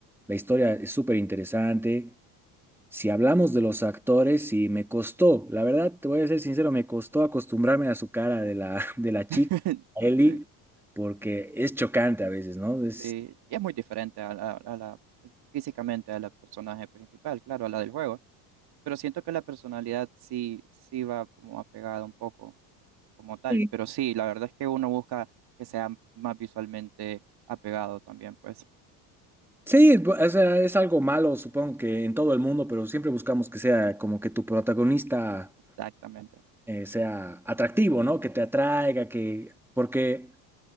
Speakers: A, in the centre; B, on the right.
A: la historia es súper interesante. Si hablamos de los actores, y me costó, la verdad, te voy a ser sincero, me costó acostumbrarme a su cara de la, <laughs> de la chica,
B: <laughs>
A: a Ellie,
B: Sí,
A: porque es chocante a veces, ¿no? Es,
B: sí. Y es muy diferente a la, a la- físicamente a la personaje principal, claro, a la del juego. Pero siento que la personalidad sí, sí va como apegada un poco como tal.
A: sí,
B: Pero sí, la verdad es que uno busca que sea más visualmente apegado también, pues.
A: sí, bu- o sea, es algo malo, supongo que en todo el mundo, pero siempre buscamos que sea como que tu protagonista
B: Exactamente.
A: eh, sea atractivo, ¿no? Que te atraiga, que, porque